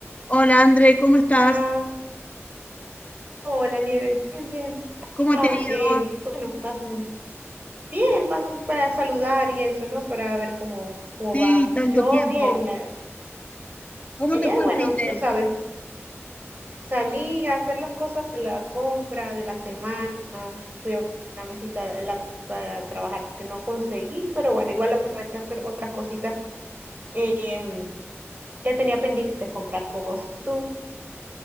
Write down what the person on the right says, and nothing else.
Ah, hola Nieves, bien, bien.
Ah,
eh, bueno, pasen. Bien, pasa aquí para saludar y eso, ¿no? Para ver cómo, cómo
va.
Yo
bien. eh,
ayer,
bueno,
tú sabes, salí a hacer las cosas de la compra de la semana. Fui a una mesita de laptop para trabajar que no conseguí, pero bueno, igual aproveché a hacer otras cositas em, que tenía pendientes, comprar cosas. ¿Y tú?